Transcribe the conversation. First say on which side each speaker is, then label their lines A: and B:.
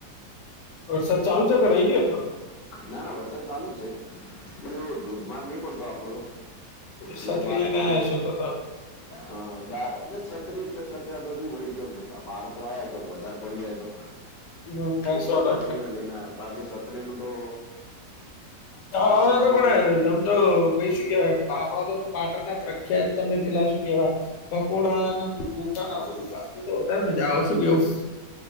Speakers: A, on the left (about 80°); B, on the left (about 45°).
A: વરસાદ ચાલુ છે કે રહી ગયો થોડો.
B: ના ના વરસાદ ચાલુ જ છે પણ એવો ધોધમાર નહીં પડતો આપડો.
A: છત્રી
B: જો બહાર
A: લઈને
B: પડ્યો.
A: આયા છો તો તો
B: હા બા ને છત્રી એટલે છત્રી તો શું વ કયો બહાર તો આયા કક વધારે પડી જાય તો
A: હમ
B: એટલે
A: સો ટકા
B: છત્રીને લઈને આયા બાકી છત્રી નું તો
A: જવા
B: શરદી
A: નો તો પણ
B: થઈ જાય
A: આમ તો પૈ શું કેવાય. આપડો તો પાટણ ના પ્રખ્યાત તમે પેલા શું કેવાય? પકોડા ને ઘોતા ને આવું બધું ખાધું તો વધારે મજા આવે શું કેવું.